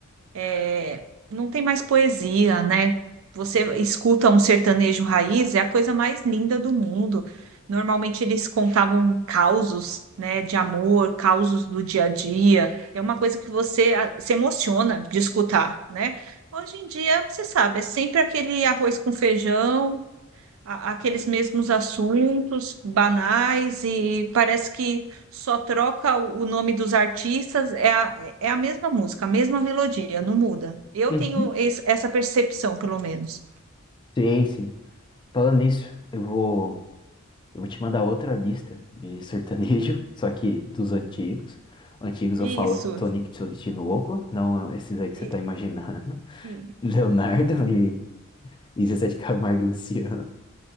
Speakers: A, on the right; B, on the left.
A: é, não tem mais poesia, né? Você escuta um sertanejo raiz, é a coisa mais linda do mundo. Normalmente eles contavam causos, né, de amor, causos do dia a dia. É uma coisa que você ah, se emociona de escutar, né? Hoje em dia, você sabe, é sempre aquele arroz com feijão, a- aqueles mesmos assuntos banais e parece que só troca o o nome dos artistas, é a, é a mesma música, a mesma melodia, não muda. Eu
B: Uhum.
A: tenho es- essa percepção, pelo menos.
B: Sei, sim. Falando nisso, eu vou, eu vou te mandar outra lista de sertanejo, <laughs> só que dos antigos. Antigos
A: Isso.
B: eu falo Tony Tinoco, não esses aí que
A: E-
B: você tá imaginando.
A: e-
B: <laughs> Leonardo e, e Zezé de Camargo e Luciano.